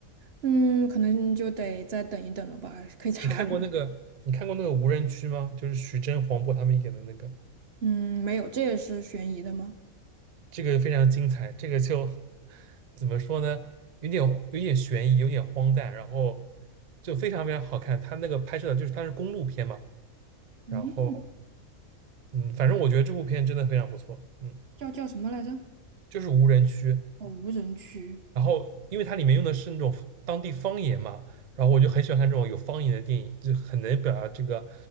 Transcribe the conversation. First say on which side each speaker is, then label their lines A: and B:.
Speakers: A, on the right; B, on the right.
A: 嗯，可能就得再等一等了吧，可以查一下
B: 你看过那个，你看过那个《无人区》吗？就是徐峥、黄渤他们演的那个。
A: 嗯，没有，这也是悬疑的吗？
B: 这个非常精彩，这个就 <laughs> 怎么说呢？有点有点悬疑，有点荒诞，然后就非常非常好看。它那个拍摄的就是它是公路片嘛，
A: 嗯，
B: 然后嗯，反正我觉得这部片真的非常不错，嗯，
A: 叫叫什么来着？
B: 就是无人区，
A: 哦，无人区
B: 然后因为它里面用的是那种当地方言嘛，然后我就很喜欢看这种有方言的电影，就很能表达这个